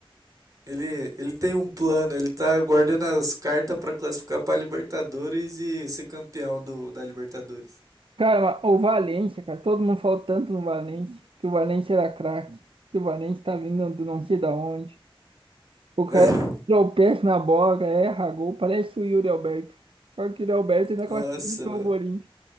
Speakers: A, on the right; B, on the right.
A: Ele, ele tem um plano, ele tá guardando as cartas pra classificar pra Libertadores e ser campeão do, da Libertadores.
B: Cara, mas o Valência, cara, todo mundo falou tanto no Valência, que o Valência era craque, que o Valência tá vindo do não sei da onde. O cara
A: <laughs>
B: tropeça na bola, cara, erra gol, parece o Yuri Alberto. Só que o Yuri Alberto ainda
A: Nossa,
B: classifica
A: mano.
B: o Corinthians.